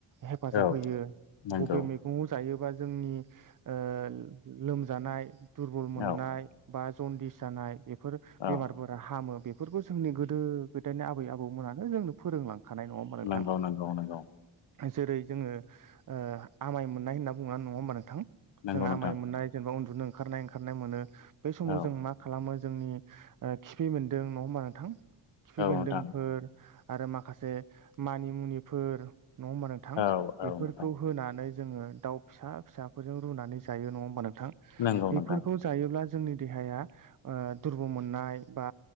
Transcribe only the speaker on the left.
औ
नंगौ
औ
औ
नंगौ नंगौ नंगौ
नंगौ
नोंथां
औ
औ
नोंथां
औ
औ नोंथां
नंगौ
नोंथां